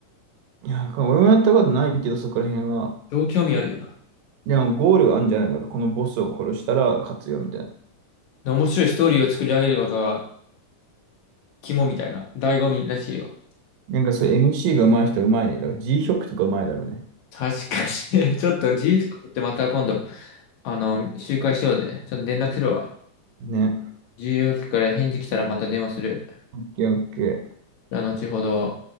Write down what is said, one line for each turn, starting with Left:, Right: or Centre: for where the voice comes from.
Right: いや、俺もやったことないけど、そこら辺は。
Left: 超興味あるよな。
Right: でも、ゴールあんじゃないのか、このボスを殺したら勝つよ、みたいな。
Left: で面白いストーリーを作り上げることが肝みたいな、醍醐味らしいよ。
Right: なんかそう、MC が上手い人は上手いね。だから G ショックとか上手いだろうね。
Left: 確かに。<laughs> ちょっと自由曲ってまた今度、あの、集会しようぜ。ちょっと連絡するわ。
Right: ね。
Left: 自由曲から返事来たらまた電話する。
Right: オッケーオッケー。
Left: じゃあ、後ほど。